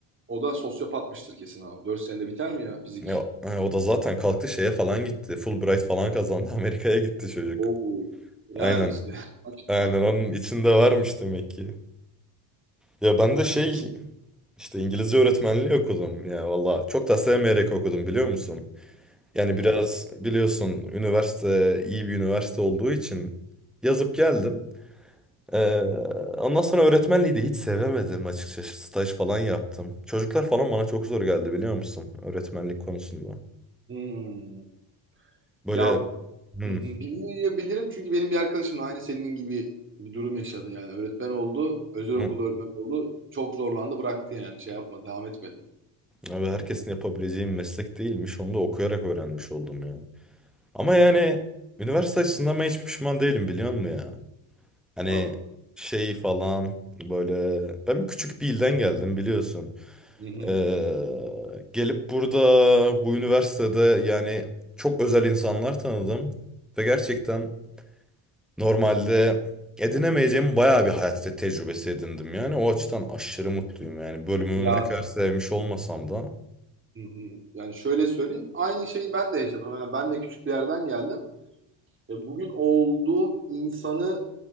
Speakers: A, on the right; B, in the centre.
A: O da sosyopatmıştır kesin abi. 4 senede biter mi ya fizik?
B: Ya, hani o da zaten kalktı şeye falan gitti. Fulbright falan kazandı. <laughs> Amerika'ya gitti çocuk.
A: Oo. Yani
B: Aynen.
A: işte. <laughs> Maşallah.
B: Aynen onun içinde varmış demek ki. Ya ben de
A: Yani
B: şey
A: kesin.
B: işte İngilizce öğretmenliği okudum. Ya valla çok da sevmeyerek okudum biliyor musun?
A: Hı
B: Yani
A: hı.
B: biraz biliyorsun üniversite iyi bir üniversite olduğu için yazıp geldim. Ee, ondan sonra öğretmenliği de hiç sevemedim açıkçası. Staj falan yaptım. Çocuklar falan bana çok zor geldi biliyor musun? Öğretmenlik konusunda.
A: Hmm.
B: Böyle
A: Ya Hı
B: hı,
A: hı. Bilgiyi bilirim çünkü benim bir arkadaşım aynı senin gibi bir durum yaşadı yani. Öğretmen oldu, özel
B: hı,
A: okulda öğretmen oldu. Çok zorlandı, bıraktı yani. Şey yapma, devam etmedi.
B: abi herkesin yapabileceği bir meslek değilmiş.
A: Hı hı.
B: Onu da okuyarak öğrenmiş oldum ya. Ama yani üniversite açısından ben hiç pişman değilim biliyor musun ya? Hani
A: Tabii.
B: şey falan böyle ben küçük bir ilden geldim biliyorsun.
A: Hı hı.
B: Ee, gelip burada bu üniversitede yani çok özel insanlar tanıdım ve gerçekten normalde edinemeyeceğim bayağı bir hayat te- tecrübesi edindim yani o açıdan aşırı mutluyum yani bölümümü
A: Ya.
B: ne kadar sevmiş olmasam da.
A: Hı hı. Yani şöyle söyleyeyim, aynı şeyi ben de yaşadım. Yani ben de küçük bir yerden geldim. E, bugün olduğum insanı